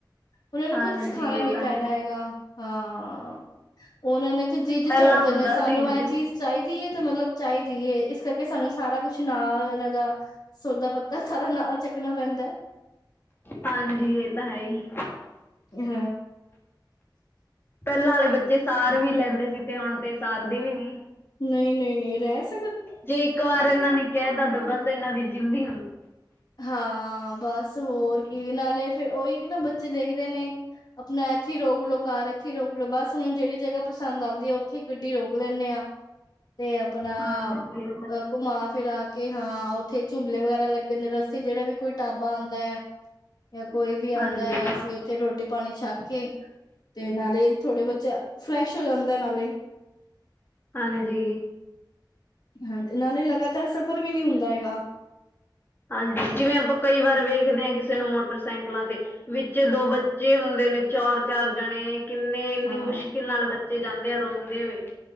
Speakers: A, on the left (about 60°); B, on the left (about 30°).
A: ਉਹਨਾਂ ਨੂੰ
B: ਹਾਂਜੀ
A: ਕੁੱਝ ਸਿਖਾਉਣਾ ਨੀ
B: ਇਹ ਤਾਂ
A: ਪੈਣਾ
B: ਹੈ
A: ਹੈਗਾ ਹਾਂ ਉਹਨਾਂ ਨੇ ਤੇ ਜਿੱਦ
B: ਪਹਿਲਾਂ
A: ਚੜ ਜਾਂਦੇ
B: ਹੁੰਦਾ
A: ਸਾਨੂੰ
B: ਸੀ
A: ਇਹ
B: ਜ
A: ਚੀਜ਼ ਚਾਹੀਦੀ ਹੈ ਤੇ ਮਤਲਬ ਚਾਹੀਦੀ ਹੈ, ਇਸ ਕਰਕੇ ਸਾਨੂੰ ਸਾਰਾ ਕੁਛ ਨਾਲ ਇਹਨਾਂ ਦਾ ਸੌਦਾ ਪੱਤਾ ਸਾਰਾ ਨਾਲ ਚੱਕਣਾ ਪੈਂਦਾ।
B: ਹਾਂਜੀ ਇਹ ਤਾਂ ਹੈ ਹੀ,
A: ਹੂੰ,
B: ਪਹਿਲਾਂ ਵਾਲੇ ਬੱਚੇ ਸਾਰ ਵੀ ਲੈਂਦੇ ਸੀ ਤੇ ਹੁਣ ਤੇ ਸਾਰਦੇ ਵੀ ਨੀ,
A: ਨਹੀਂ- ਨਹੀਂ ਨਹੀਂ ਰੈਸ
B: ਜੇ ਇੱਕ ਵਾਰ ਇਹਨਾਂ ਨੇ ਕਹਿ ਦਾ ਤਾਂ ਬਸ ਇਹਨਾਂ ਦੀ ਜਿੰਦੀ
A: ਹਾਂ ਬਸ ਹੋਰ ਕੀ ਨਾਲੇ ਫਿਰ ਉਹੀ ਨਾ ਬੱਚੇ ਦੇਖਦੇ ਨੇ ਆਪਣਾ ਇੱਥੇ ਰੋਕਲੋ ਕਾਰ ਇੱਥੇ ਹੀ ਰੋਕਲੋ ਬਸ ਉਹੁੂੰ ਜਿਹੜੀ ਜਗ੍ਹਾ ਪਸੰਦ ਆਉਂਦੀ ਆ ਉੱਥੇ ਹੀ ਗੱਡੀ ਰੋਕ ਲੈਂਦੇ ਆ ਤੇ ਆਪਣਾ
B: ਹਾਂਜੀ
A: ਅ ਘੁਮਾ ਫਿਰਾ ਕੇ ਹਾਂ, ਉੱਥੇ ਝੂਲੇ ਵਗੈਰਾ ਲੱਗੇ ਨੇ ਰੱਸਤੇ ਜਿਹੜਾ ਵੀ ਕੋਈ ਢਾਬਾ ਆਦਾਂ ਹੈ ਜਾਂ ਕੋਈ ਵੀ ਆਉਂਦਾ
B: ਹਾਂਜੀ
A: ਹੈ, ਅਸੀਂ ਉੱਥੇ ਰੋਟੀ ਪਾਣੀ ਛੱਕ ਕੇ ਤੇ ਨਾਲੇ ਥੋੜੇ ਬੱਚਾ, ਫਰੈਸ਼ ਹੋ ਜਾਂਦਾ ਨਾਲੇ
B: ਹਾਂਜੀ
A: ਹਾਂਜੀ, ਨਾਲੇ ਲਗਾਤਾਰ ਸਫ਼ਰ ਵੀ ਨਹੀ ਹੁੰਦਾ ਹੈਗਾ
B: ਹਾਂਜੀ, ਜਿਵੇਂ ਆਪਾਂ ਕਈ ਵਾਰ ਵੇਖਦੇ ਹਾਂ ਕਿਸੇ ਨੂੰ ਮੋਟਰਸਾਈਕਲਾਂ ਤੇ ਵਿੱਚ ਦੋ ਬੱਚੇ ਹੁੰਦੇ ਨੇ, ਚਾਰ-ਚਾਰ ਜਾਣੇ ਕਿੰਨੇ ਇੰਨੀ
A: ਹਾਂ
B: ਮੁਸ਼ਕ ਨਾਲ ਬੱਚੇ ਜਾਂਦੇ ਆ ਰੋਂਦੇ ਹੋਏ